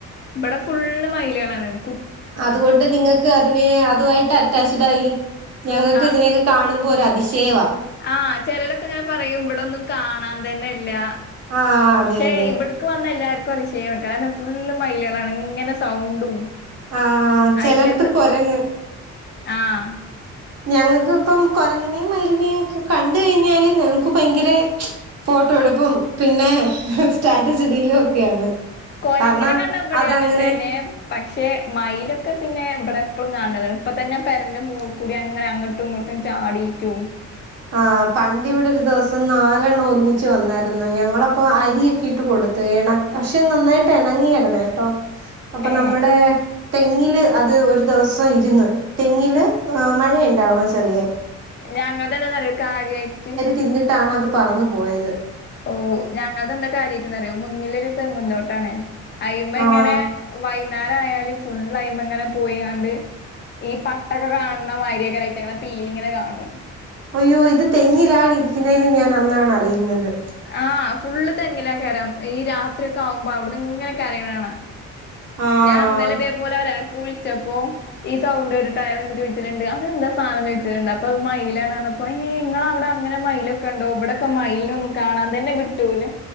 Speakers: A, on the left; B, on the right.
A: ഇവിടെ ഫുള്ള് മയില്കളാണ് കു
B: അത് കൊണ്ട് നിങ്ങക്കതിനേ അതുവായിട്ട ട്ടാസിടായി ഞങ്ങക്ക്
A: ആഹ്
B: ഇതിനെയൊക്കെ കാണുമ്പോ ഒരതിശയവാ
A: ആഹ് ചെലോലക്ക്ങ്ങനെ പറയും ഇവ്ടൊന്നും കാണാൻ തന്നെല്ല്യ
B: ആഹ് അതെ
A: പക്ഷെ
B: അതെ
A: ഇബ്ട് ക്ക് വന്ന എല്ലാര്ക്കു അതിശയവാ കാരണം ഫുള്ള് മയില്കളാണ് ഇങ്ങനെ സൗണ്ടും
B: ആഹ് ചെലടത്ത്
A: അയിറ്റത്ത്
B: കൊരങ്ങ്
A: ആഹ്
B: ഞങ്ങക്ക്പ്പം കൊരങ്ങ്നേം മയിലിനേംക്കെ കണ്ട് കഴിഞ്ഞാല് ഞങ്ങക്ക് ഭയ്ങ്കരേ ഫോട്ടോ എടുപ്പും പിന്നെ സ്റ്റാറ്റസിടീലും ഒക്കെയാണ്
A: കൊരങ്ങിനെ
B: കാരണം
A: കണ്ടാ ഇബടിം
B: അതങ്ങനെ
A: അങ്ങനെ തന്നെ പക്ഷെ മയിലൊക്കെ പിന്നെ ഇബടെ എപ്പളും കാൺതാണ് ഇപ്പ തന്നെ പെരേന്റെ മോൾ കൂടി അങ്ങനെ അങ്ങട്ട് ട്ടും ഇങ്ങട്ടും ചാടീറ്റും
B: ആഹ് പണ്ട് ഇവടൊരു ദിവസം നാലെണ്ണം ഒന്നിച്ച് വന്നാര്ന്നു ഞങ്ങളപ്പൊ അരിയക്കിട്ട് കൊടുത്ത് എണക് പക്ഷെ അത് നന്നായിട്ടെണങ്ങിയാര്ന്ന് കേട്ടോ അപ്പൊ
A: ഏ
B: നമ്മടേ തെങ്ങില് അത് ഒരു ദിവസം ഇര്ന്ന് തെങ്ങില് ഏഹ് മഴയ്ണ്ടാവും ചെറിയേ
A: ഞങ്ങൾതെന്താന്നറിയോ കാര്യായ്റ്റ്
B: തിന്നിട്ടാണത് പറന്നു പോയത്
A: ഓഹ് ഞങ്ങൾതെന്താ കാര്യയ്റ്റ്ന്ന്റിയോ മുന്നിലൊരു തെങ്ങുന്തോട്ടാണ് അയിമ്മങ്ങനെ
B: ആഹ്
A: വൈന്നാരായാല് ഫുൾ അയിമ്മേങ്ങനെ പോയിയാണ്ട് ഈ പട്ടക്കെ കാണുന്ന മാതിരിക്കെ ഐറ്റകളെ പീലിങ്ങനെ കാണും
B: അയ്യോ ഇത് തെങ്ങിലാണ് ഇരിക്ക്ന്നേന്ന് ഞാൻ അന്നാണറിയ്ന്നത്
A: ആഹ് ഫുള്ള് തെങ്ങിലെകാരം ഈ രാത്രി ഒക്കെ ആവുമ്പോ ഔട്ന്ന് ഇങ്ങനെ കരയണാണാം
B: ആഹ്
A: ഞാൻ ഇന്നലെ ഇതെപോലെ ഒരാക്ക് വിളിച്ചപ്പോ ഈ സൗണ്ട് കേട്ട്ട്ട് അയാള്ങ്ങനെ ചോയ്ച്ച്ണുണ്ട് അതെന്താ സാനം ചോയ്ച്ച്ണുണ്ട് അപ്പൊ അത് മയിലാണ്ന്ന അപ്പയിന് ങ്ങളവ്ടെ അങ്ങനെ മയിലക്കെണ്ടാവും ബടൊക്കെ മയിൽനൊന്നും കാണാൻ തന്നെ കിട്ടൂല്ല